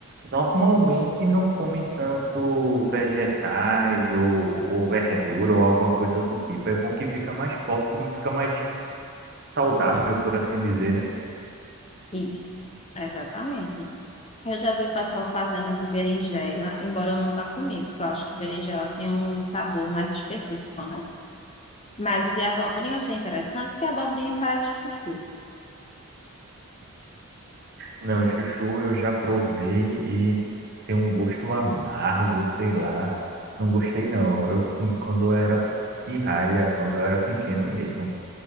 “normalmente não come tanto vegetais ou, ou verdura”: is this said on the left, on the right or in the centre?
Right